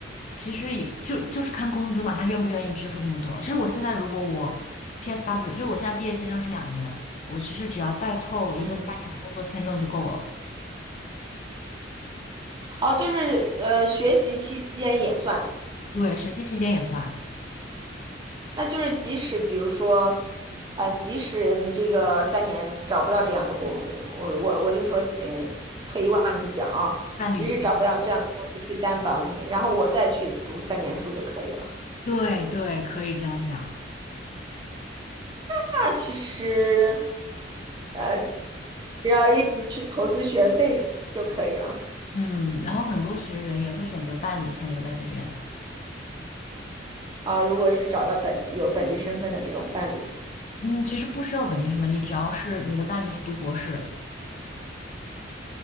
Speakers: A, on the left; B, on the right.
A: 其实也就就是看工资嘛，他愿不愿意支付这么多。其实我现在如果我 PSW，就是我现在毕业签证是两年，我其实只要再凑一个三年的工作签证就够了。
B: 嗯，哦，就是呃，学习期间也算，
A: 对，学习期间也算，
B: 那就是即使比如说，呃，即使你这个三年找不到这样的工，呃我我我就说，嗯、退一万步讲啊、
A: 伴侣签了。
B: 即使找不到这样的公司去担保你，然后我再去读三年书就可以了。
A: 对对，可以这样讲。
B: 那其实。呃。只要一直去投资学费就可以了
A: 嗯，然后很多其实人也会选择伴侣签留在这边。
B: 啊。如果是找到本地有本地身份的这种伴侣，
A: 嗯，其实不需要本地身份，你只要是你的伴侣是读博士，